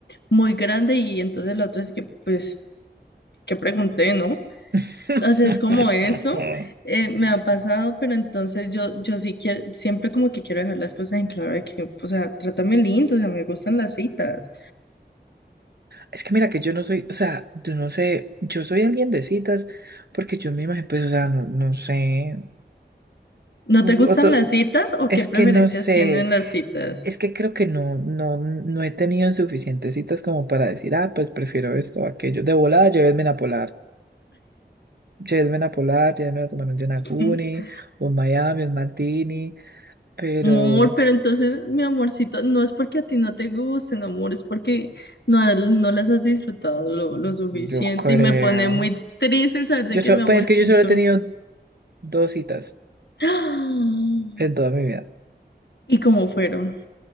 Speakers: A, on the left; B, on the right.
A: muy grande y entonces el otro es que, pues, que pregunté, ¿no?
B: <laughs>
A: O sea, es como eso, eh, me ha pasado, pero entonces yo, yo sí quiero, siempre como que quiero dejar las cosas en claro de que, o sea, trátame lindo, o sea, me gustan las citas.
B: Es que mira que yo no soy, o sea, yo no sé, yo soy alguien de citas, porque yo me imagino, pues, o sea, no, no sé,
A: ¿No
B: o
A: te
B: sea,
A: gustan
B: o sea,
A: las citas o
B: es
A: qué preferencias
B: que no sé,
A: tienen las citas?
B: es que creo que no, no, no he tenido suficientes citas como para decir, ah, pues prefiero esto o aquello, de volada, llévenme a Polar. Cioè, es una polar, ya me lo tomaron un Yonaguni,
A: <laughs>
B: un Miami, un Martini, pero
A: Amor, pero entonces, mi amorcito, no es porque a ti no te gusten, amor, es porque no, no las has disfrutado lo, lo suficiente
B: yo creo.
A: y me pone muy triste el saber
B: Yo
A: de que
B: so-
A: mi amorcito.
B: pues es que yo solo he tenido dos citas
A: <gasps>
B: en toda mi vida.
A: ¿Y cómo fueron?